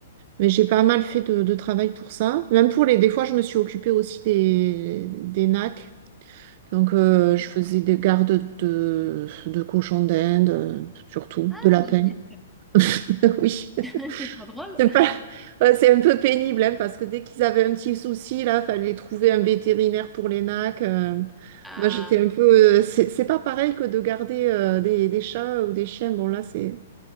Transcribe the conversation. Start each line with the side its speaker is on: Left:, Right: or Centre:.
Right: mais j'ai pas mal fait de, de travail pour ça. Même pour les, des fois, je me suis occupée aussi des, des nacs. Donc, euh, je faisais des gardes de, de cochons d'Inde, euh, surtout,
Centre: Ah,
Right: de lapins.
Centre: génial.
Right: <laughs> Oui.
Centre: <laughs> C'est trop drôle.
Right: C'est pas... ouais, c'est un peu pénible, hein, parce que dès qu'ils avaient un petit souci, là, fallait trouver un vétérinaire pour les nacs. euh.
Centre: Ah,
Right: Moi, j'étais un peu... euh, C'est c'est pas pareil que de garder euh, des, des chats ou des chiens. Bon, là, c'est...